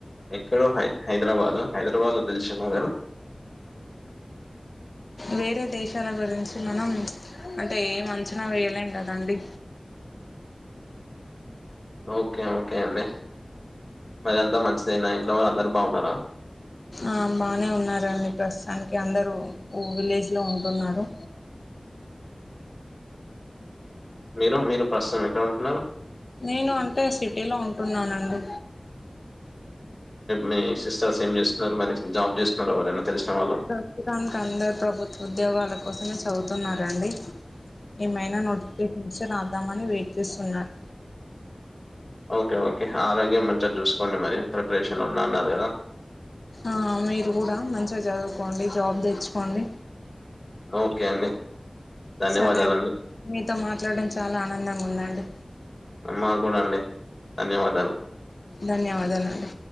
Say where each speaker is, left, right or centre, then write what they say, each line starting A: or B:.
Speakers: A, on the left; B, on the left.
A: ఎక్కడ హై హైదరాబాద్ హైదరాబాద్ దిల్సుక్నగర్
B: వేరే దేశాల గురించి మనం అంటే ఎం అంచనా వేయలేం కదండి
A: ఓకే ఓకే అండి మరి అంతా మంచిదే అందరు బాగున్నారా
B: ఆ బానే ఉన్నారండి ప్రస్తుతానికి అందరు విలేజ్ లో ఉంటున్నారు
A: మీరు మీరు పర్సన్ ఎక్కడ ఉంటున్నారు
B: నేను అంటే సిటీలో ఉంటున్నానండి
A: మీ సిస్టర్స్ ఏం చేస్తున్నారు మరి జాబ్ చేస్తున్నారు ఎవరైనా తెలిసిన వాళ్ళు?
B: ప్రస్తుతానికి అందరు ప్రభుత్వ ఉద్యోగాల కోసమే చదువుతున్నారండి ఏమైనా నోటిఫికేషన్ వస్తే ద దామని వెయిట్ చేస్తున్నారు
A: ఓకే ఓకే ఆరోగ్యం మంచిగా చూసుకోండి మరి ప్రిపరేషన్లో ఉన్నా అన్నారు కదా
B: ఆ మీరు కూడా మంచి మంచిగా చదువుకోండి జాబ్ తెచ్చుకోండి
A: ఓకే అండి ధన్యవాదాలు
B: సరే
A: అండి
B: మీతో మాట్లాడడం చాలా ఆనందంగా ఉందండి
A: మా కూడా అండి ధన్యవాదాలు
B: ధన్యవాదాలు అండి